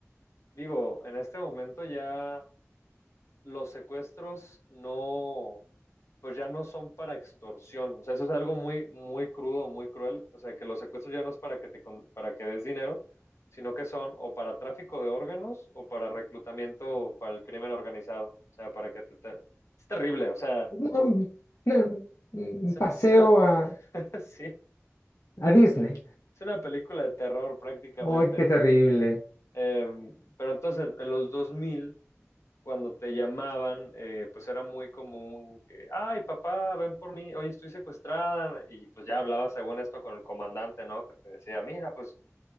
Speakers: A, on the left; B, on the left.
A: digo, en este momento ya los secuestros no, pues ya no son para extorsión. O sea, eso es algo muy, muy crudo, muy cruel. O sea, que los secuestros ya no es para que te, con- para que des dinero, sino que son o para tráfico de órganos o para reclutamiento para el crimen organizado. O sea, para que te, te- Es terrible. O sea,
B: No, mm, no, mm,
A: es,
B: un paseo
A: un- es una,
B: a,
A: <laughs> sí, es
B: a Disney.
A: una película de terror prácticamente.
B: ¡Ay, qué terrible!
A: Em, pero entonces, en, en los 2000 cuando te llamaban, eh, pues era muy común que, ay, papá, ven por mí, oye, estoy secuestrada, y pues ya hablabas según esto con el comandante, ¿no? Que te decía, mira, pues,